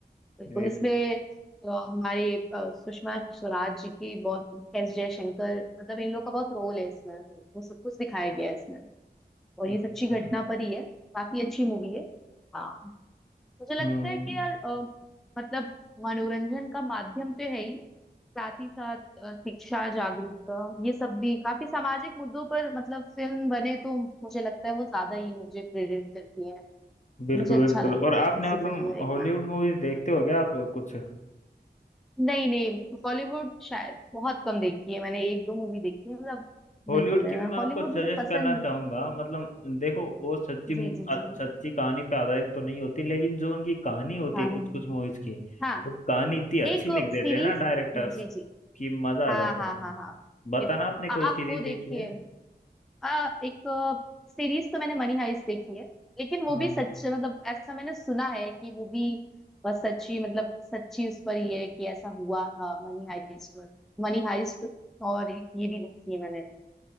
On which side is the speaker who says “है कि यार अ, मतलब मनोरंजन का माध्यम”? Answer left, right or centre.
Centre